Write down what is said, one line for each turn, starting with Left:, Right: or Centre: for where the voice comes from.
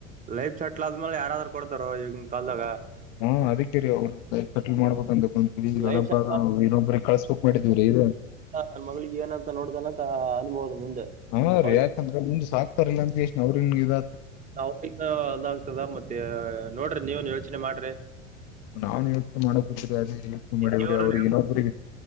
Right: ಲೈಫ್ ಸೆಟ್ಲ್ ಆದ್ಮೇಲೆ ಯಾರಾದ್ರೂ ಕೊಡ್ತಾರೋ ಈಗನ್ ಕಾಲ್ದಾಗ
Left: ಹಾ ಅದಕ್ಕಿ ರೀ ಅವ್ರ ಸೆಟಲ್ ಮಾಡ್ಬೇಕ ಅಂತ ಕುಂತೀವಿ ಈಗಲಬ್ಬ
Right: ಲೈಫ್ ಸೆಟ್ಲ್
Left: ಇನ್ನೊಬ್ಬ್ರ ಕಳಳ್ಸ್ಬಕ್ ಮಾಡಿದೀವ್ರೀ ಇ
Right: ಹ ನನ್ ಮಗಳಿಗೆ ಏನಂತ ನೋಡ್ದಾನ ಅಂತ ಅನ್ಬೋದು ಮುಂದೆ
Left: ಹ
Right: ಹೌದ
Left: ರೀ ಯಾಕಂದ್ರೆ ಮುಮ್ದ್ ಸಾಕ್ತಾರಿಲ್ಲಾ ಅಂತ ಎಷ್ಟ ಅವ್ರಿಂಗ ಇದ
Right: ನನು ಅದಾಗ್ತದ ಮತ್ತೆ ನೋಡ್ರಿ ನೀವನ್ ಯೋಚನೆ ಮಾಡ್ರಿ
Left: ನಾವ್ನ್ ಯ ಮಾಡ ಅದ ಮಾಡ್ರಿ
Right: ನೀವ್ರು
Left: ಅವ್ರಿಗೆ ಇನೊಬ್ಬರಿಗೆ